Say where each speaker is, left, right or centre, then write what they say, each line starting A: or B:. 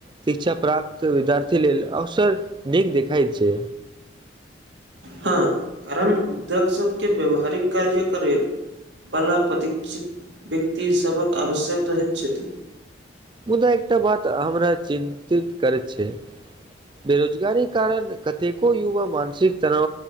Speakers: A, on the right; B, on the right.
A: शिक्षा प्राप्त विद्यार्थी लेल अवसर नीक देखइत छ
B: हँ कारण उद्योग सके व्यावहारिक कार्यकरेल वला प्रतीक्षित व्यक्ति सभक आवश्यक रहैत छथ
A: मुदा एकटा बात हमरा चिन्तित करैत छ बेरोजगार कारण कतेको युवा मानसिक तना